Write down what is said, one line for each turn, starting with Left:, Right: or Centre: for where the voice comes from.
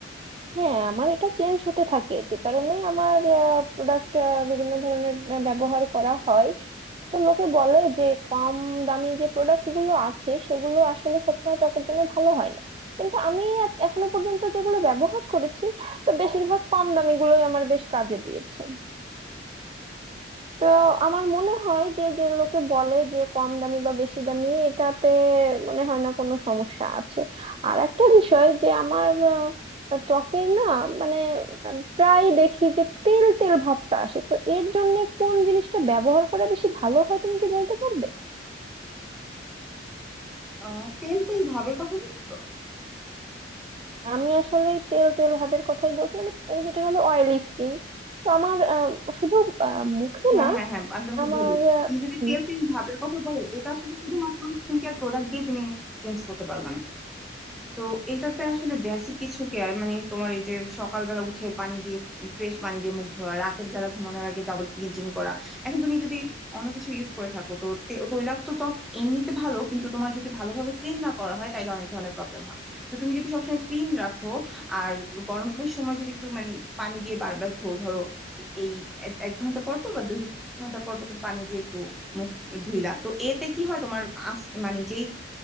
Right: হ্যাঁ আমার এটা চেঞ্জ হতে থাকে যে কারণে আমার প্রোডাক্ট বিভিন্ন ধরনের আহ, ব্যবহার করা হয় তো লোকে বলে যে কম দামি যে প্রোডাক্ট গুলো আছে সেগুলো আসলে সবসময় ত্বকের জন্য ভালো হয় না কিন্তু আমি এ- এখনো পর্যন্ত যেগুলো ব্যবহার করেছি তো বেশিরভাগ কম দামি গুলোই আমার বেশ কাজে দিয়েছে তো আমার মনে হয় যে যে লোকে বলে যে কম দামি বা বেশি দামি এটাতে মনে হয় না কোনো সমস্যা আছে আর একটা বিষয় যে আমার আহ, ত্বকের না মানে আহ, প্রায় দেখি যে তেল তেল ভাবটা আসে তো এর জন্য কোন জিনিসটা ব্যবহার করা বেশি ভালো হয় তুমি কি বলতে পারবে
Centre: আহ তেল তেল ভাবের কথা বলতেছো
Right: আমি আসলে এই তেল তেল ভাবের কথাই বলছি মানে ওই যেটা হলো অয়েলি স্কিন তো আমার আহ, শুধু আহ, মুখে
Centre: হ্যাঁ
Right: না
Centre: হ্যাঁ হ্যাঁ আমি তোমাকে
Right: আমার
Centre: বলি
Right: আহ,
Centre: তুমি যদি
Right: হুম,
Centre: তেল তেল ভাবের কথা বলো এটা আসলে শুধুমাত্র স্কিন কেয়ার প্রোডাক্ট দিয়ে তুমি চেঞ্জ করতে পারবে না তো এটাতে আসলে বেসিক কিছু কেয়ার মানে তোমার এই যে সকালবেলা উঠে পানি দিয়ে ফ্রেশ পানি দিয়ে মুখ ধোয়া রাতের বেলা ঘুমানোর আগে ডাবল ক্লিনজিং করা এখন তুমি যদি অন্য কিছু ইউজ করে থাকো তো তে- তৈলাক্ত ত্বক এমনিতে ভালো কিন্তু তোমার যদি ভালোভাবে ক্লিন না করা হয় তাহলে অনেক ধরনের প্রবলেম হয় তো তুমি যদি সবসময় ক্লিন রাখো আর গরমের সময় যদি একটু মানে পানি দিয়ে বারবার ধো ধরো এ- এই এক এক ঘন্টা পর পর বা দুই ঘন্টা পর পর তুমি পানি দিয়ে একটু মুখ ধুইলা তো এতে কি হয় তোমার আস- মানে যেই